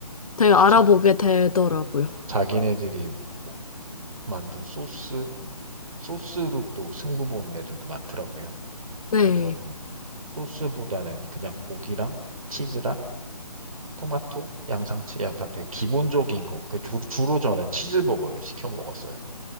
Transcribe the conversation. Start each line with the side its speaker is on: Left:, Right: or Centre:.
Left: 되게 알아보게
Right: 자,
Left: 되더라고요.
Right: 자기네들이 뭐 만든 소스, 소스로 또 승부 보는 애들도 많더라고요.
Left: 네.
Right: 근데 저는 소스보다는 그냥 고기랑 치즈랑 토마토, 양상치 약간 되게 기본적인 거. 그 주, 주로 저는 치즈버거를 시켜 먹었어요.